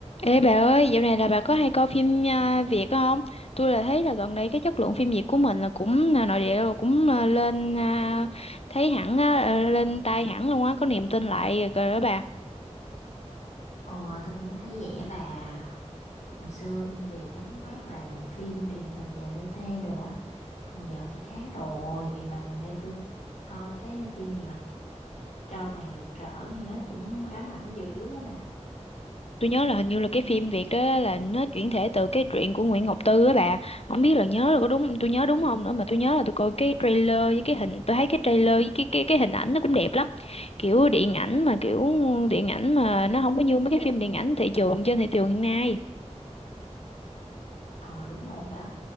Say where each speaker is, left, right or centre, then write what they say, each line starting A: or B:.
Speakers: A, on the left (about 55°); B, on the left (about 85°).
A: Ê bà ơi, dạo này là bà có hay coi phim à, Việt không? Tôi là thấy là gần đây cái chất lượng phim Việt của mình là cũng à, nội địa rồi cũng à, lên à, thấy hẳn á, à, lên tay hẳn luôn á, có niềm tin lại rồi đó bà.
B: Ờ, tôi cũng thấy vậy á bà. Hồi xưa phim Việt gắn mác là phim truyền hình dài lấy thê đồ á. Còn giờ thì khác rồi. Mà gần đây tôi coi cái phim gì mà Tro tàn rực rỡ nghe nói cũng ám ảnh dữ lắm á bà.
A: Tôi nhớ là hình như là cái phim Việt đó là nó chuyển thể từ cái truyện của Nguyễn Ngọc Tư á bà. Không biết là nhớ là có đúng tôi nhớ đúng không nữa mà tôi nhớ là tôi coi cái trailer với cái hình tôi thấy cái trailer với cái cái cái hình ảnh nó cũng đẹp lắm. Kiểu điện ảnh mà kiểu điện ảnh mà nó không có như mấy cái phim điện ảnh thị trường trên thị trường hiện nay.
B: Ờ đúng rồi á.